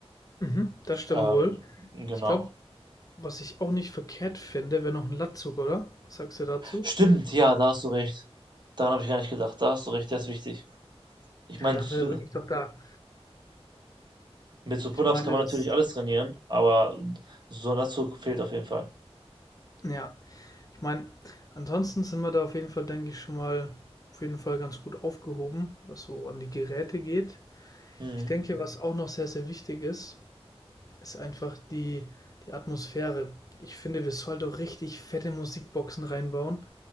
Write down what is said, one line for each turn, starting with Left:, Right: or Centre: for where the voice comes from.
Left: Mhm, das stimmt
Right: Ähm,
Left: wohl.
Right: genau.
Left: Ich glaube, was ich auch nicht verkehrt finde, wäre noch ein Latzug, oder? Was sagst du dazu?
Right: Stimmt, ja, da hast du recht. Daran habe ich gar nicht gedacht. Da hast du recht, das ist wichtig. Ich
Left: Ja,
Right: meine,
Left: dafür
Right: s-
Left: bin ich doch da.
Right: mit so Pull-ups
Left: Ich meine,
Right: kann man
Left: das,
Right: natürlich alles trainieren, aber so ein Latzug fehlt auf jeden Fall.
Left: ja, Ich meine, ansonsten sind wir da auf jeden Fall, denke ich, schon mal auf jeden Fall ganz gut aufgehoben, was so an die Geräte geht.
Right: Mhm.
Left: Ich denke, was auch noch sehr, sehr wichtig ist, ist einfach die, die Atmosphäre. Ich finde, wir sollten auch richtig fette Musikboxen reinbauen,